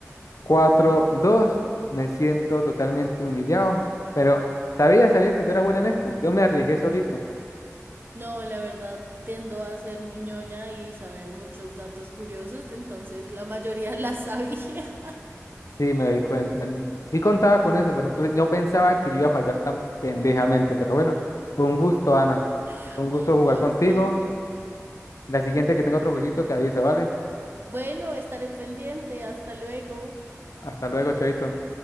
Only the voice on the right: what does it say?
No, la verdad, tiendo a ser muñoña y saber muchos datos curiosos, entonces la mayoría la sabía.
<laughs>
Un
gusto.
Bueno, estaré pendiente. Hasta luego.